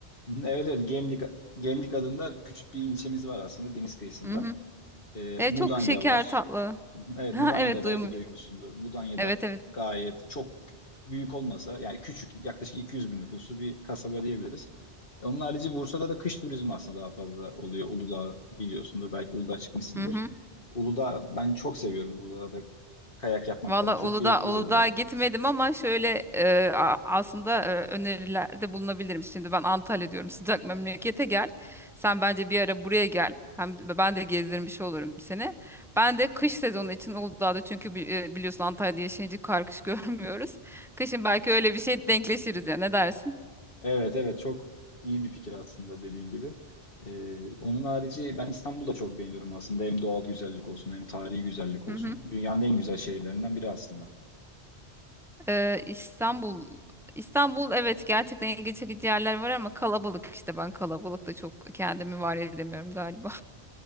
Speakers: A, on the left (about 55°); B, in the centre.
A: Hı hı, Evet evet Gemlik, Gemlik adında küçük bir ilçemiz var aslında deniz kıyısında.
B: hı hı.
A: Ee,
B: E,
A: Mudanya
B: çok şeker
A: var.
B: tatlı
A: Hı
B: <laughs>
A: hı, Evet
B: ha
A: Mudanya'da
B: evet
A: belki
B: duymuş
A: duymuşsundur. Mudanya'da
B: evet evet
A: gayet çok büyük olmasa yani küçük yaklaşık 200 bin nüfuslu bir kasaba diyebiliriz. Onun harici Bursa'da da kış turizmi aslında daha fazla oluyor. Uludağ biliyorsundur belki Uludağ çıkmışsındır.
B: Hı hı.
A: Uludağ ben çok seviyorum Uludağ'da kayak yapmak
B: Valla
A: falan çok
B: Uludağ,
A: keyifli
B: Uludağ'a
A: oluyor.
B: gitmedim ama şöyle e, a- aslında e, önerilerde bulunabilirim. Şimdi ben Antalya diyorum sıcak memlekete gel. Sen bence bir ara buraya gel. Hem ben de gezdirmiş olurum seni. Ben de kış sezonu için Uludağ'da çünkü bi- e, biliyorsun Antalya'da yaşayınca kar kış <laughs> görmüyoruz. Kışın belki öyle bir şey denkleşiriz ya ne dersin?
A: Evet evet çok iyi bir fikir aslında dediğin gibi. Ee, onun harici ben İstanbul'da çok beğeniyorum aslında. Hem doğal güzellik olsun hem tarihi güzellik
B: Hı
A: olsun.
B: hı.
A: Dünyanın en güzel şehirlerinden biri aslında.
B: Ee, İstanbul İstanbul evet gerçekten ilgi çekici yerler var ama kalabalık işte ben kalabalıkta çok kendimi var edemiyorum galiba.